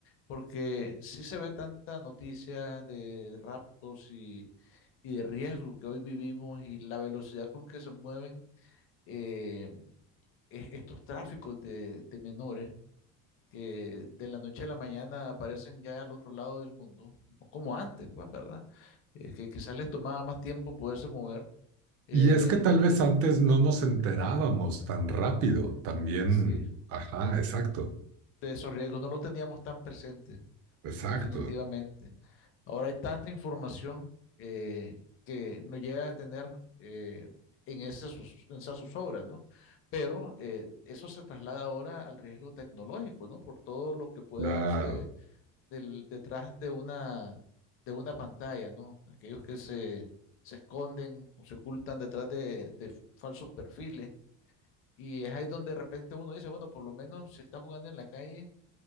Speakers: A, on the left; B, on the right.
A: Porque sí se ve tanta noticia de raptos y, y de riesgos que hoy vivimos y la velocidad con que se mueven eh, es- estos tráficos de, de menores que de la noche a la mañana aparecen ya al otro lado del mundo, no como antes, pues, ¿verdad? Eh, que quizás les tomaba más tiempo poderse mover. eh,
B: Y es que tal vez
A: y
B: antes no nos enterábamos tan rápido, también,
A: sí,
B: ajá, exacto,
A: de esos riesgos no los teníamos tan presentes.
B: exacto.
A: definitivamente. Ahora hay tanta información eh, que nos llega a tener eh, en esas sus, en esas sus obras, ¿no? Pero eh, eso se traslada ahora al riesgo tecnológico, ¿no? Por todo lo que puede
B: Claro.
A: darse de- del- detrás de una, de una pantalla, ¿no? Aquellos que se, se esconden o se ocultan detrás de, de falsos perfiles. Y es ahí donde de repente uno dice, bueno, por lo menos si está jugando en la calle,